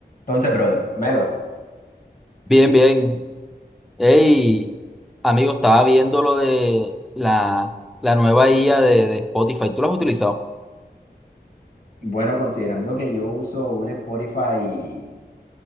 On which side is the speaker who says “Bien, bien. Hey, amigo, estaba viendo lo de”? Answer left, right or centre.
Centre